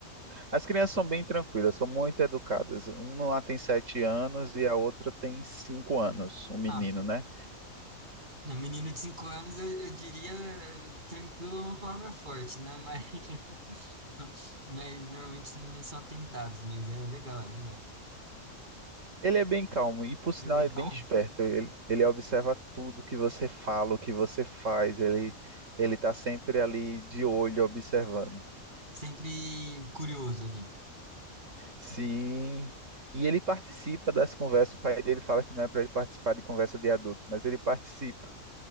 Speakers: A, on the right (about 60°); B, on the right (about 35°).
A: As crianças são bem tranquilas, são muito educadas. Uma lá tem sete anos e a outra tem cinco anos, um menino,
B: Ah, p-
A: né?
B: a menina de 5 anos, eu, eu diria, eh, tranquilo é uma palavra forte, né? Mas, <laughs> mas normalmente os meninos são atentados, mas é legal, é legal.
A: Ele é bem calmo e, por sinal,
B: Ele é bem
A: é
B: calmo.
A: bem esperto. Ele, ele observa tudo que você fala, o que você faz. Ele ele está sempre ali de olho, observando.
B: Sempre curioso ali.
A: Sim. E ele participa das conversas. O pai dele fala que não é para ele participar de conversa de adulto, mas ele participa.